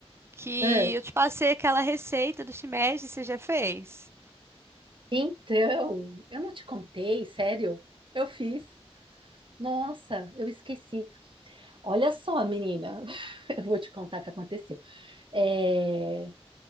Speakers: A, on the right (about 25°); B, on the right (about 50°).
A: que
B: Ah,
A: eu te passei aquela receita do shimeji, você já fez?
B: então, eu não te contei, sério? Eu fiz. Nossa, eu esqueci. Olha só, menina, <laughs> eu vou te contar o que aconteceu. É,